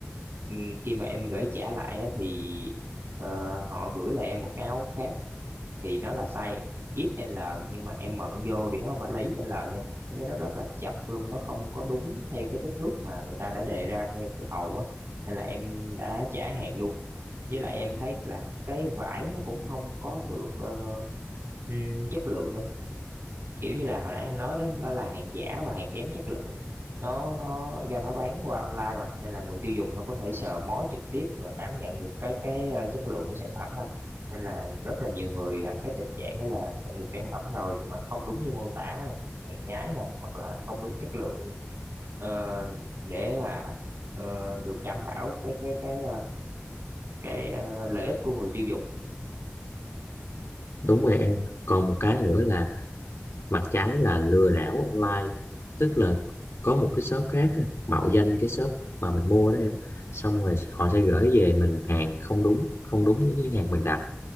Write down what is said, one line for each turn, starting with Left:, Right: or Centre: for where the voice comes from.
Right: Ừm, khi mà em gửi trả lại á thì ờ, họ gửi lại em một cái áo khác thì nó là size XL nhưng mà em mận vô thì nó không phải là XL nha em thấy nó rất là chật luôn nó không có đúng theo cái kích thước mà người ta đã đề ra ngay từ đầu á nên là em đã trả hàng luôn với lại em thấy là cái vải nó cũng không có được ờ, ừm, chất lượng nữa kiểu như là hồi nãy anh nói đó nó là hàng giả và hàng kém chất lượng nó nó do nó bán qua online mà nên là người tiêu dùng nó có thể sờ mó trực tiếp và cảm nhận được cái cái ờ, chất lượng của sản phẩm đâu nên là rất là nhiều người gặp cái tình trạng đó là nhận được sản phẩm rồi nhưng mà không đúng như mô tả hàng nhái nè hoặc là không đúng chất lượng ờ, để mà ờ, được đảm bảo cái cái cái ờ, cái ờ, lợi ích của người tiêu dùng
Left: đúng rồi em còn một cái nữa là mặt trái là lừa đảo online tức là có một cái shop khác á, mạo danh cái shop mà mình mua đó em xong rồi họ sẽ gửi về mình hàng không đúng không đúng với cái hàng mình đặt